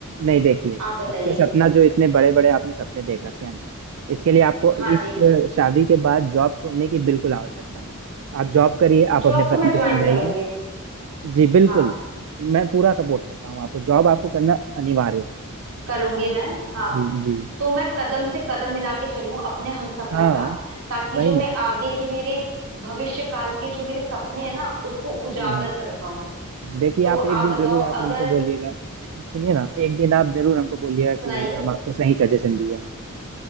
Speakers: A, on the right; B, on the right.
A: नहीं देखिए
B: आप बताइए
A: आपके सपना जो इतने बड़े बड़े आपने सपने देख रखे हैं ना इसके लिए आपको
B: हाँ जी
A: इस
B: मैं
A: अ, शादी के बाद जॉब छोड़ने की बिल्कुल आवश्यकता नहीं आप जॉब करिए आप
B: जॉब
A: अपने
B: तो
A: पति
B: मैं
A: को
B: ज्वाइन
A: समझाइए
B: करूंगी
A: जी बिल्कुल
B: हाँ
A: मैं पूरा सपोर्ट करता हूँ आपको जॉब आपको करना अनिवार्य है
B: करूंगी मैं हाँ
A: जी जी
B: तो मैं कदम से कदम मिला के चलूं अपने हमसफर
A: हाँ
B: का ताकि
A: वही
B: जो
A: ना
B: मैं आगे के मेरे भविष्य काल के जो मेरे सपने हैं ना उसको उजागर
A: हम्म हम्म।
B: कर पाऊं
A: देखिए
B: तो
A: आप
B: आप
A: एक दिन
B: बताओ
A: जरूर आप
B: अगर
A: हमको बोलिएगा सुनिए ना एक दिन आप जरूर हमको बोलिएगा कि
B: सुनाइए
A: हम आपको सही सजेशन दिए हैं